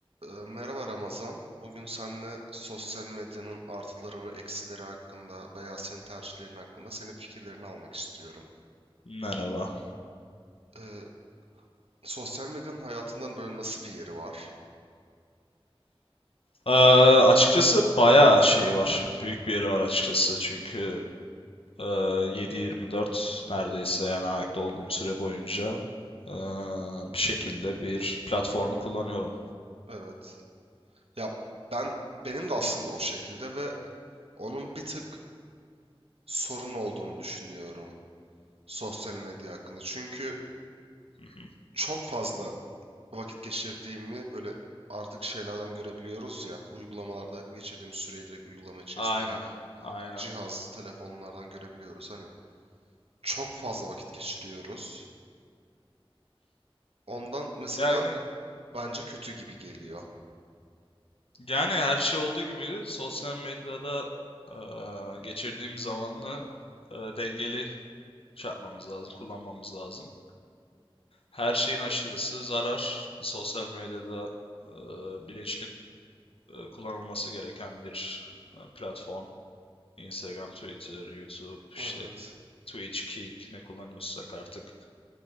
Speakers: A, on the right; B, on the left.
A: Ee, Merhaba Ramazan. Bugün seninle sosyal medyanın artıları ve eksileri hakkında veya senin tercihlerin hakkında senin fikirlerini almak istiyorum.
B: Merhaba.
A: Ee, sosyal medyanın hayatından böyle nasıl bir yeri var?
B: Ee, açıkçası bayağı şey var. Büyük bir yeri var açıkçası. Çünkü e, 7-24 neredeyse yani ayakta olduğum süre boyunca e, bir şekilde bir platformu kullanıyorum.
A: Evet. Ya ben benim de aslında o şekilde ve onun bir tık sorun olduğunu düşünüyorum sosyal medya hakkında. Çünkü
B: Hı hı.
A: çok fazla vakit geçirdiğimi böyle artık şeylerden görebiliyoruz ya uygulamalarda geçirdiğim süreyi direkt uygulama içerisinde
B: Aynen.
A: veya
B: Aynen.
A: cihaz, telefonlardan görebiliyoruz. Hani çok fazla vakit geçiriyoruz. Ondan mesela
B: Yani
A: bence kötü gibi geliyor.
B: yani her şey olduğu gibi de sosyal medyada e, geçirdiğim zamanı e, dengeli şey yapmamız lazım, kullanmamız lazım. Her şeyin aşırısı zarar. Sosyal medyada e, bilinçli e, kullanılması gereken bir e, platform. Instagram, Twitter, YouTube, işte
A: Evet,
B: Twitch, Kick ne kullanıyorsak artık